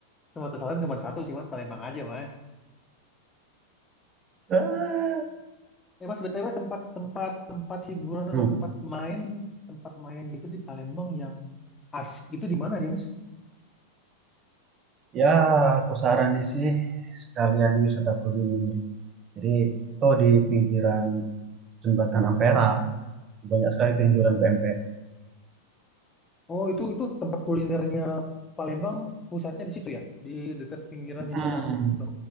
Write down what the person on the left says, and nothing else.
Semua kesalahan cuma satu sih Mas, Palembang aja Mas.
Eh Mas BTW tempat tempat tempat hiburan atau
tempat main tempat main gitu di Palembang yang asik itu di mana ya Mas?
Oh itu itu tempat kulinernya Palembang pusatnya di situ ya, di dekat pinggiran jembatan
Ampera itu.